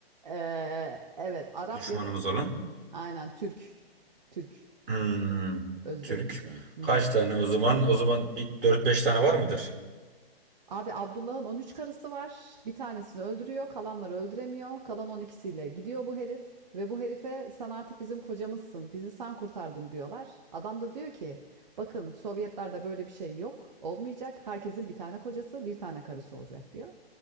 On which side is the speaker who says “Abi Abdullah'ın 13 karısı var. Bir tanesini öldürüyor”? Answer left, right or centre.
Right